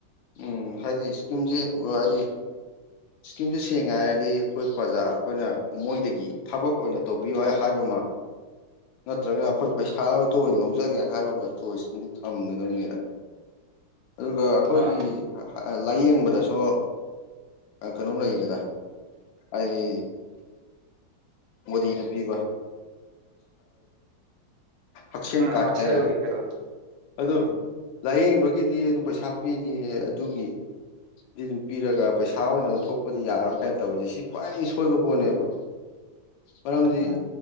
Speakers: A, on the left (about 80°); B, on the right (about 80°).
A: ꯎꯝ ꯍꯥꯏꯗꯤ ꯏꯁꯀꯤꯝꯁꯦ ꯍꯥꯏꯗꯤ ꯏꯁꯀꯤꯝꯁꯦ ꯁꯦꯡ ꯍꯥꯏꯥꯏꯔꯗꯤ ꯑꯩꯈꯣꯏ ꯄ꯭ꯔꯖꯥ ꯑꯩꯈꯣꯏꯅ ꯃꯣꯏꯗꯒꯤ ꯊꯕꯛ ꯑꯣꯏꯅ ꯇꯧꯕꯤꯌꯨ ꯍꯥꯏ ꯍꯥꯏꯕ ꯑꯃ ꯅꯠꯇ꯭ꯔꯒꯅ ꯑꯩꯈꯣꯏ ꯄꯩꯁꯥꯗꯣ ꯑꯣꯏꯅ ꯂꯧꯖꯒꯦ ꯍꯥꯏꯕ ꯑꯃ ꯆꯣꯏꯁ ꯑ ꯊꯝꯒꯗꯕꯅꯤꯗ ꯑꯗꯨꯒ ꯑꯩꯈꯣꯏꯒꯤ
B: ꯃꯥꯅꯦ
A: ꯂꯥꯏꯌꯦꯡꯕꯗꯁꯨ ꯀꯩꯅꯣꯝ ꯂꯩꯗꯅ ꯍꯥꯏꯗꯤ ꯃꯣꯗꯤꯅ ꯄꯤꯕ ꯍꯛꯁꯟ
B: ꯎꯝ
A: ꯀꯥꯇ
B: ꯍꯛꯁꯦꯜꯒꯤ
A: ꯀꯅ
B: ꯀꯩꯅꯣ
A: ꯑꯗꯨ
B: ꯎꯝ
A: ꯂꯥꯏꯌꯦꯡꯕꯒꯤꯗꯤ ꯑꯗꯨꯝ ꯄꯩꯁꯥ ꯄꯤꯅꯤꯌꯦ ꯑꯗꯨꯒꯤ ꯑꯗꯨ ꯑꯗꯨꯝ ꯄꯤꯔꯒ ꯄꯩꯁꯥ ꯑꯣꯏꯅ ꯂꯧꯊꯣꯛꯄꯗꯤ ꯌꯥꯔꯣꯏ ꯀꯥꯏ ꯇꯧꯔꯤꯁꯦ ꯁꯤ ꯈ꯭ꯋꯥꯏꯗꯒꯤ ꯁꯣꯏꯕ ꯄꯣꯠꯅꯦꯕ ꯃꯔꯝꯗꯤ
B: ꯎꯝ